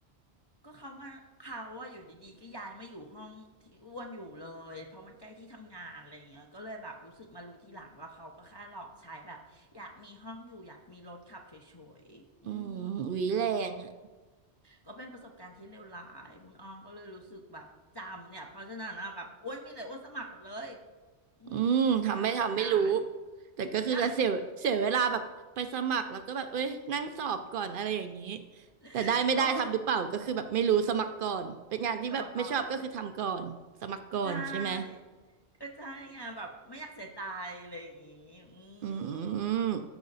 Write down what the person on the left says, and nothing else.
ก็เขามาเขาว่าอยู่ดีๆก็ย้ายมาอยู่ห้องที่อ้วนอยู่เลยเพราะมันใกล้ที่ทำงานอะไรอย่างเงี้ยก็เลยแบบรู้สึกมารู้ทีหลังว่าเขาก็แค่หลอกใช้แบบอยากมีห้องอยู่อยากมีรถขับเฉยๆอืม
ก็เป็นประสบการณ์ที่เลวร้ายคุณอ้อก็เลยรู้สึกแบบจำเนี่ยเพราะฉะนั้นนะแบบอ้วนมีอะไรอ้วนสมัครหมดเลยอืมไม่อยากเสียดาย
ใช่
<laughs> เออสมัครก่อนใช่ก็ใช่ไงแบบไม่อยากเสียใจอะไรอย่างงี้อื
ม